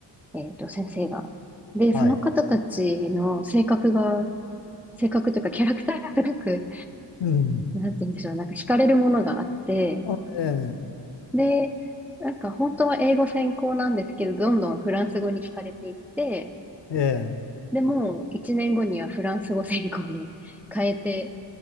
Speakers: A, in the centre; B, on the left.
A: えっと、先生が。で、
B: はい。
A: その方たちの性格が、性格というかキャラクターがすごく、
B: うん。
A: なんて言うんでしょう、なんか惹かれるものがあって、
B: あ、え
A: で、なんか本当は英語専攻なんですけど、どんどんフランス語に惹かれていって、
B: え。ええ。
A: でも、一年後にはフランス語専攻に <laughs> 変えて、